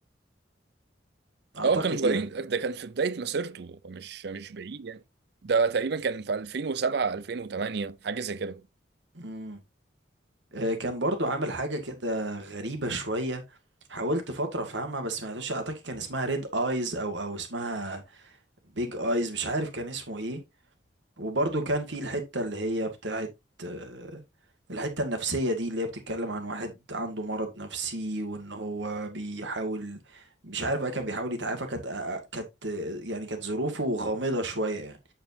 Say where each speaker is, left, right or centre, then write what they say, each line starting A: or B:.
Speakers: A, on the right; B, on the right.
A: اعتقد
B: اه كانوا صغيرين
A: يعني
B: ده كان في بداية مسيرته مش مش بعيد يعني ده تقريبا كان في 2007 2008 حاجة زي كده
A: امم آه كان برضو عامل حاجة كده غريبة شوية حاولت فترة افهمها بس ما عرفتش اعتقد كان اسمها ريد ايز او او اسمها بيج ايز مش عارف كان اسمه ايه وبرضو كان في الحتة اللي هي بتاعت آه، الحتة النفسية دي اللي هي بتتكلم عن واحد عنده مرض نفسي وان هو بيحاول مش عارف بقى كان بيحاول يتعافى كانت آه، آه، كانت آه، يعني كانت ظروفه غامضة شوية يعني